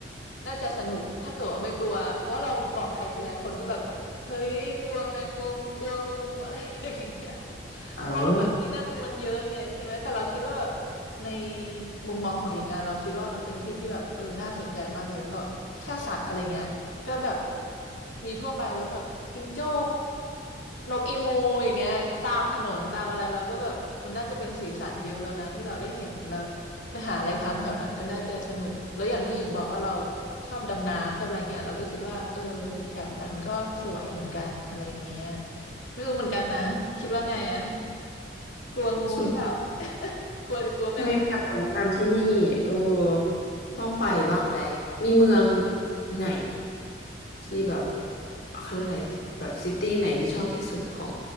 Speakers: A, on the left (about 85°); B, on the left (about 60°).
A: น่าจะสนุกถ้าเกิดว่าไม่กลัวเพราะว่าเราบอกใครทีไรคนก็แบบเฮ้ยกลัวแมงมุมกลัวงูอะไรอย่างเงี้ย เพราะว่าแบบที่นั่นมันเยอะไงใช่ไหมแต่เราคิดว่าแบบ
B: เอา
A: ในมุมมองของหญิงอะเราคิดว่ามันเป็นที่ที่แบบเออน่าสนใจมากเลยเพราะแค่สัตว์อะไรเงี้ยก็แบบมีทั่วไปแล้วแบบจิงโจ้นกอีมูอย่างเงี้ยตามถนนตามอะไรเราก็แบบมันน่าจะเป็นสีสันเยอะแล้วนะที่เราได้เห็นแล้วไปหาอะไรทำแถวนั้นก็น่าจะสนุกแล้วอย่างที่หญิงบอกว่าเราชอบดำน้ำชอบอะไรเงี้ยเราก็คิดว่าเออแถบนั้นก็สวยเหมือนกันอะไรเงี้ยไม่รู้เหมือนกันนะคิดว่าไงอะ กลัวงูหรือเปล่า
B: สุด
A: กลัวกลัวแมง
B: ถ้าไม่มีแต่คนแนะนำที่นี่ เออ
A: มุมอืม
B: ต้องไปบ้างแหละมีเมืองไหนที่แบบเขาเรียกอะไรแบบซิตี้ไหนที่ชอบที่สุดของ